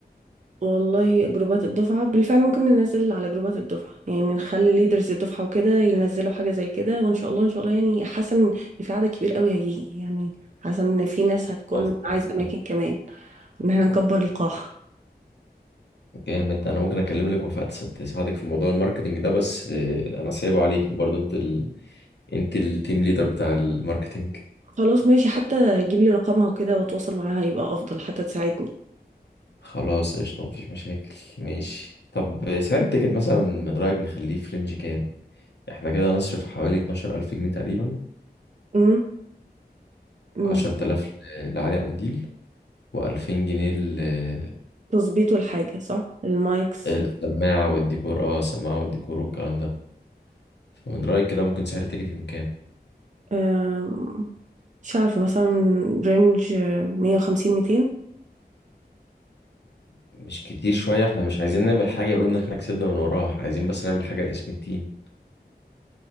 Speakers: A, on the right; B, on the left.
A: والله جروبات الدفعة بالفعل ممكن ننزل على جروبات الدفعة يعني نخلي ليدرز الدفعة وكده ينزلوا حاجة زي كده وإن شاء الله إن شاء الله يعني حاسة إن إن في عدد كبير قوي هيجي يعني حاسة إن في ناس هتكون
B: خلاص،
A: عايزة
B: جامد
A: أماكن كمان إن احنا نكبر القاعة
B: جامد ده انا ممكن اكلم لك وفاء تس- تساعدك في موضوع الماركتنج ده بس آه، انا سايبه عليك برضو انت ال... انت التيم ليدر بتاع الماركتنج
A: خلاص ماشي حتى جيب لي رقمها وكده وأتواصل معاها يبقى أفضل حتى تساعدني
B: خلاص قشطة مفيش مشاكل ماشي طب آه، سعر التيكت مثلا من رأيك نخليه في رينج كام احنا كده هنصرف حوالي 12000 جنيه تقريبا
A: امم أمم.
B: 10000 ل- لعلي قنديل و2000 جنيه ل-
A: تظبيط الحاجة صح المايكس
B: السماعة والديكور اه السماعة والديكور والكلام ده فمن رأيك كده ممكن سعر التيكت يكون كام
A: آم، مش عارفة مثلا رينج مية وخمسين ميتين
B: مش كتير شوية احنا مش عايزين نعمل حاجة يقولوا ان احنا كسبنا من وراها احنا عايزين بس نعمل حاجة لاسم التيم